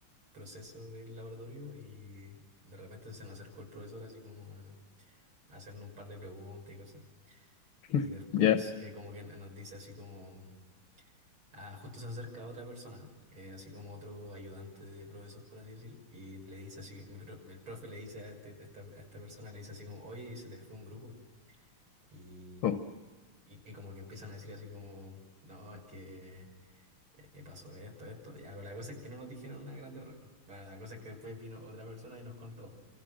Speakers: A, on the right; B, on the left.
A: proceso del laboratorio y de repente se nos acercó el profesor así como a, a hacernos un par de preguntas y cosas.
B: <laughs>
A: Y después
B: Ya.
A: eh, como que nos dice así como, ah, justo se acerca otra persona, eh, así como otro ayudante de profesor, por así decir, y le dice así, mi pro- el profe le dice a, este- a esta, a esta persona, le dice así como, oye, se te fue un grupo. Y,
B: Oh,
A: y, y como que empiezan a decir así como, no, es que eh, eh, pasó esto, esto. Ya, pero la cosa es que no nos dijeron una grande roca. Bueno, la cosa es que después vino otra persona y nos contó.